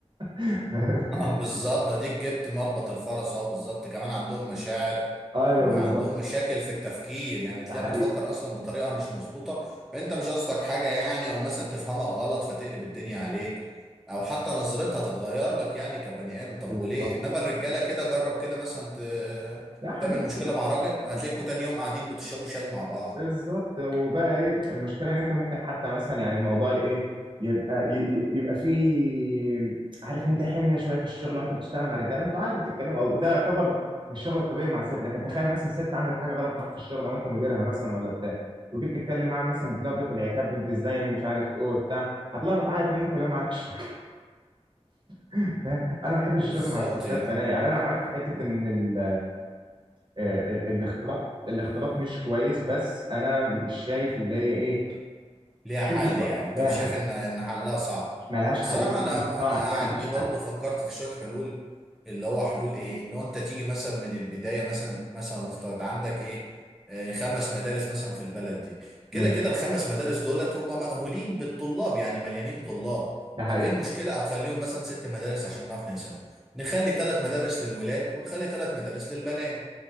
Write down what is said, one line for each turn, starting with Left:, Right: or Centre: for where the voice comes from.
Right: <laughs>
Centre: آه، بالظبط اديك جبت مربط الفرس اهو بالظبط كمان عندهم مشاعر
Right: ايوه
Centre: وعندهم
Right: بالظبط
Centre: مشاكل في التفكير يعني تلاقيها
Right: ده حقيقي
Centre: بتفكر اصلا بطريقه مش مظبوطه فانت مش قصدك حاجه يعني او مثلا تفهمها غلط فتقلب الدنيا عليك او حتى نظرتها تتغير لك يعني كبني ادم طب
Right: بالظبط
Centre: وليه انما الرجاله كده جرب كده مثلا ت-
Right: لا حبيب
Centre: تعمل
Right: اخوك
Centre: مشكله مع راجل
Right: اه
Centre: هتلاقيكوا تاني يوم قاعدين بتشربوا شاي مع بعض
Right: بالظبط وبقى ايه المشكله ان انت ممكن حتى مثلا يعني الموضوع ايه يبقى ي- ي- يبقى فيه عارف انت حميه شويه في الشغل وانت بتشتغل مع رجاله انتوا عادي بتتكلموا او ده يعتبر الشغل الطبيعي مع الست لكن تخيل مثلا ست عملت حاجه غلط معاك في الشغل او انت مديرها مثلا ولا بتاع وجيت تتكلم معاها مثلا بنبره العتاب وانت ازاي مش عارف ايه وبتاع هتلاقيها بتعيط منك ولا معاك الشركه <laughs> انا ما بحبش
Centre: بالظبط
Right: الشغل مع الستات
Centre: يعني
Right: فلا يعني انا معاك في حته
Centre: اه
Right: ان ال- آه، ال- الاختلاط الاختلاط مش كويس بس انا مش شايف اللي هي ايه
Centre: ليها حل
Right: تقدر توقف
Centre: يعني انت
Right: لها
Centre: مش
Right: حل
Centre: شايف ان ان حلها صعب
Right: ملهاش
Centre: الصراحه
Right: حقيقة
Centre: انا
Right: مش صعب
Centre: انا
Right: هي ملهاش
Centre: عندي برضو
Right: حل
Centre: فكرت في شويه حلول اللي هو حلول ايه ان هو انت تيجي مثلا من البدايه مثلا مثلا نفترض عندك ايه آه، خمس مدارس مثلا في البلد دي كده
Right: ماشي
Centre: كده الخمس مدارس دولت هم مأهولين بالطلاب يعني مليانين طلاب
Right: ده حقيقة
Centre: طب ايه المشكله او خليهم مثلا ست مدارس عشان نعرف نقسم نخلي ثلاث مدارس للولاد ونخلي ثلاث مدارس للبنات